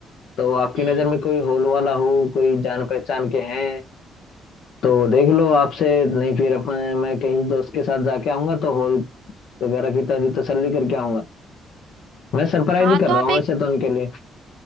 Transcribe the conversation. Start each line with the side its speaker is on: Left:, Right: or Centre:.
Left: तो आपकी
Right: हम्म
Left: नज़र में कोई हॉल वाला हो कोई जान पहचान के हैं तो देख लो आपसे नहीं फिर अपन मैं कहीं दोस्त के साथ जाके आऊंगा तो हॉल वगैरह की तभी तसल्ली करके आऊंगा मैं सरप्राइज
Right: हाँ
Left: ही कर
Right: तो
Left: रहा
Right: आप
Left: हूँ
Right: एक
Left: वैसे तो उनके लिए